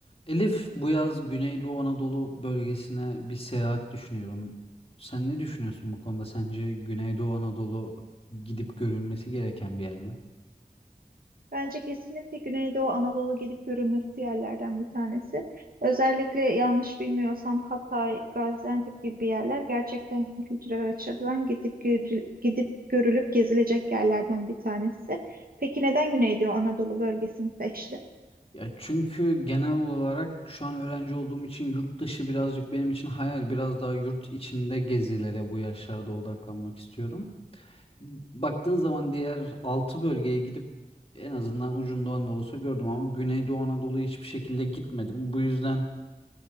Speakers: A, on the left; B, on the right.
A: Elif, bu yaz Güneydoğu Anadolu bölgesine bir seyahat düşünüyorum. Sen ne düşünüyorsun bu konuda? Sence Güneydoğu Anadolu gidip görülmesi gereken bir yer mi?
B: Bence kesinlikle Güneydoğu Anadolu gidip görülmesi yerlerden bir tanesi. Özellikle yanlış bilmiyorsam Hatay, Gaziantep gibi yerler gerçekten kültürel açıdan gidip görü- gidip görülüp gezilecek yerlerden bir tanesi. Peki neden Güneydoğu Anadolu bölgesini seçtin?
A: Ya çünkü genel olarak şu an öğrenci olduğum için yurt dışı birazcık benim için hayal. Biraz daha yurt içinde gezilere bu yaşlarda odaklanmak istiyorum. Baktığın zaman diğer 6 bölgeye gidip en azından ucundan da olsa gördüm ama Güneydoğu Anadolu'ya hiçbir şekilde gitmedim. Bu yüzden